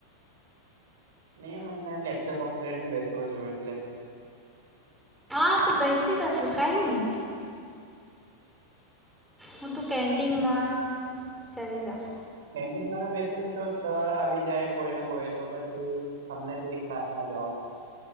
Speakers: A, on the right; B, in the centre.
A: નહી મને લેક્ચર બંધ કરીને બેસું છું એટલે
B: આ તો બેસી રશે કઈ નહી હું તો કેન્ટિનમાં ચાલી જાઉં
A: કેન્ટીનમાં બેસી ને તો સર આવી જાય કોઈને કોઈ તો પછી તમને કેઈ ક્લાસ માં જાઓ.